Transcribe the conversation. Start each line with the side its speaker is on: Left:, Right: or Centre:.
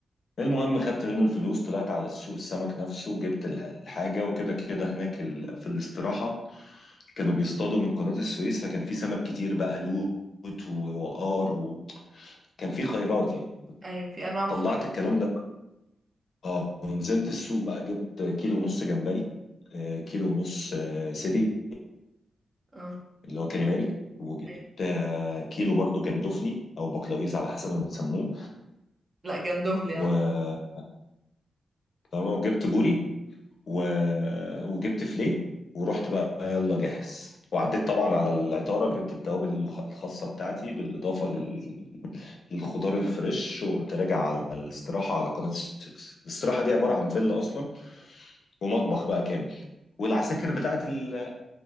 Left: المهم خدت منه الفلوس طلعت على السوق السمك نفسه جبت الح- الحاجه وكده كده هناك ال... في الاستراحه كانوا بيصطادوا من قناه السويس فكان في سمك كتير بقى لوت ووقار وكان في خيرات يعني
Right: ايوه في انواع مختلفة
Left: طلعت الكلام ده اه ونزلت السوق بقى جبت كيلو ونص جمبري آه، كيلو ونص آه، سيبيا
Right: اه
Left: اللي هو كاليماري وجبت
Right: أيوة.
Left: آه، كيلو برضو جندفلي او بقلاويز على حسب ما بنسموه
Right: لا جندوفلي
Left: و
Right: عندنا
Left: تمام وجبت بوري و... وجبت فليه ورحت بقى يلا جاهز وعديت طبعا على العطاره جبت التوابل المخ... الخاصه بتاعتي بالاضافه لل... للخضار الفريش وقمت راجع على الاستراحه على قناه السويس الاستراحه دي عباره عن فيلا اصلا ومطبخ بقى كامل والعساكر بتاعت ال...